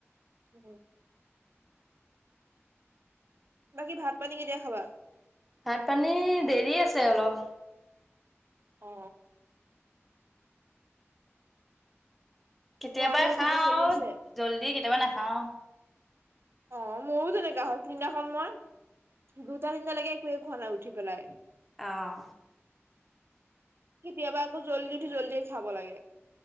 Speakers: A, on the right (about 55°); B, in the centre.
A: উম হু বাকী ভাত পানী কেতিয়া খাবা?
B: ভাত পানী দেৰি আছে অলপ।
A: অ।
B: কেতিয়াবা
A: পঢ়া শুনা
B: খাওঁ
A: ঠিকে চলি আছে
B: জল্দি, কেতিয়াবা নাখাও।
A: অ মোৰ তেনেকুৱা হয়, তিনিদিনাখন মই। দুটা তিনটা লৈকে একোৱে খোৱা নাই উঠি পেলাই।
B: আহ।
A: কেতিয়াবা জল্দি উঠো জল্দিয়ে খাব লাগে।